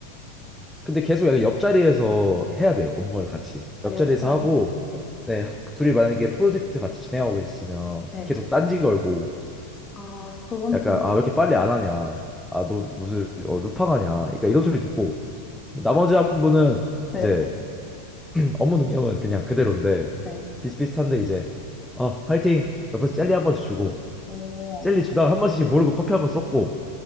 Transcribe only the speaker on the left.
네,
아,
옆자리.
네,
네.
아, 그건
좀,
네,
네.
오,